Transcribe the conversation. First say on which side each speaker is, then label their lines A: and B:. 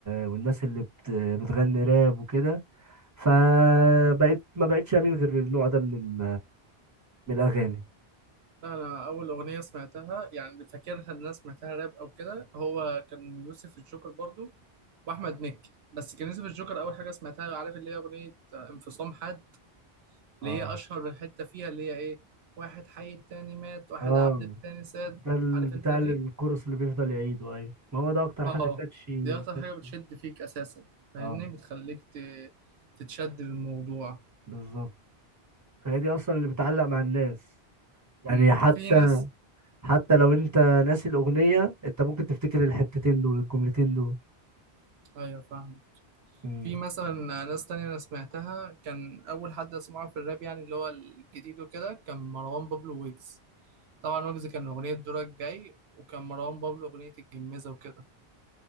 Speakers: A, on the right (about 15°); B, on the right (about 75°).
A: والناس اللي بت... بتغني راب وكده فبقيت ما بقتش اميل غير للنوع ده من ال... من الاغاني
B: لا انا اول اغنيه سمعتها يعني فاكرها ان انا سمعتها راب او كده هو كان يوسف الجوكر برضو واحمد مكي بس كان يوسف الجوكر اول حاجه سمعتها عارف اللي هي اغنيه آه، انفصام حد
A: اه
B: اللي هي اشهر حته فيها اللي هي ايه واحد حي التاني مات واحد
A: اه
B: عبد التاني ساد
A: ده ال-
B: عارف
A: بتاع
B: انت دي
A: اللي- الكورس اللي بيفضل يعيده ايوه ما هو ده اكتر
B: اه
A: حاجه كاتشي
B: دي اكتر
A: كاتشي
B: حاجة بتشد فيك اساسا فاهمني
A: اه
B: بتخليك ت... تتشد للموضوع
A: بالظبط فهي دي اصلا اللي بتعلق مع الناس يعني
B: امم
A: حتى
B: في ناس
A: حتى لو انت ناسي الاغنيه انت ممكن تفتكر الحتتين دول الجملتين دول
B: ايوه فاهم
A: مم.
B: في مثلا ناس تانية انا سمعتها كان اول حد اسمعه في الراب يعني اللي هو الجديد وكده كان مروان بابلو ويجز طبعا ويجز كان اغنية دورك جاي وكان مروان بابلو اغنية الجميزة وكده